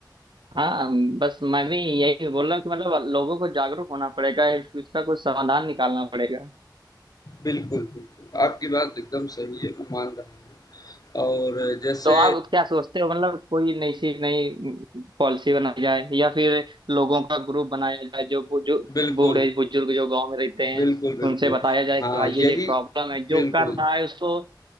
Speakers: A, on the right; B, on the left.
A: हाँ बस मैं भी यही बोल रहा हूँ कि मतलब लोगों को जागरूक होना पड़ेगा इस- इसका कुछ समाधान निकालना पड़ेगा
B: बिल्कुल, बिल्कुल, आपकी बात एकदम सही है, मैं मान रहा हूँ और जैसे
A: तो आप क्या सोचते हो मतलब कोई नई सी नई पॉलिसी बनाई जाए या फिर लोगों का ग्रुप बनाया जाए जो जो
B: बिल्कुल,
A: बूढ़े बुजुर्ग जो गांव में रहते हैं
B: बिल्कुल, बिल्कुल।
A: उनसे बताया जाए
B: हाँ,
A: कि भाई ये
B: यही
A: ये प्रॉब्लम है जो
B: बिल्कुल।
A: कर रहा है उसको